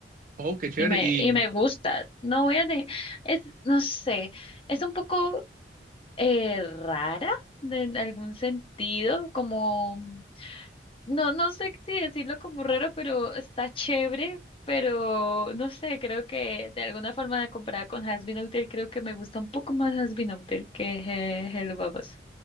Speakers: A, on the right; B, on the left.
A: Oh, qué chévere.
B: y me,
A: ¿Y
B: y me gusta. No voy a de, es, no sé, es un poco eh, rara de- en algún sentido, como... No, no sé si decirlo como raro, pero está chévere, pero no sé, creo que de alguna forma comparada con Has Been Hotel, creo que me gusta un poco más Has Been Hotel que eh, Hello Babos.